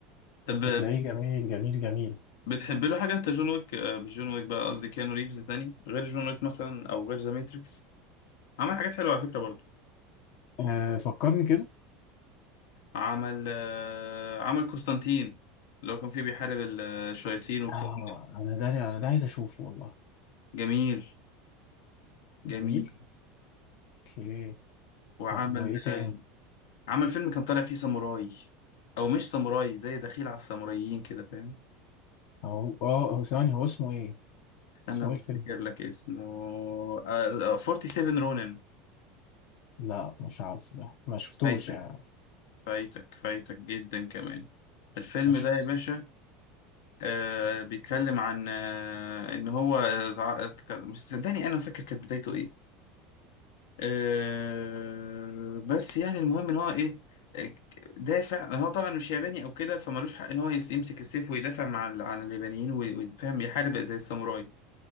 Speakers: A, on the left; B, on the left.
A: طب
B: هتلاقيه جميل جميل جميل
A: بتحب له حاجة انت جون ويك آه، مش جون ويك بقى قصدي كيانو ريفز تاني غير جون ويك مثلا او غير ذا ماتريكس عمل حاجات حلوة على فكرة برضو
B: آه فكرني كده
A: عمل آه، عمل قسطنطين اللي هو كان فيه بيحارب ال- آه، الشياطين والكلام
B: اه
A: ده
B: انا ده انا ده عايز اشوفه والله
A: جميل جميل
B: جميل اوكي
A: وعمل
B: طب وايه تاني
A: آه، عمل فيلم كان طالع فيه ساموراي او مش ساموراي زي دخيل على الساموراييين كده فاهم
B: هو اه هو ثواني هو اسمه ايه
A: استنى
B: اسمه
A: بفتكر
B: ايه الفيلم
A: لك اسمه آه، آه، 47 رونن
B: لا مش عارف ده ما شفتوش
A: فايتك
B: يعني
A: فايتك فايتك جدا كمان الفيلم
B: ما شفت
A: ده يا باشا آه بيتكلم عن آه ان هو آه، تع- ك- مش صدقني انا فاكر كانت بدايته ايه آه بس يعني المهم ان هو ايه آه، دافع هو طبعا مش ياباني او كده فمالوش حق ان هو يس- يمسك السيف ويدافع مع ال- عن اليابانيين وي- ويفهم يحارب زي الساموراي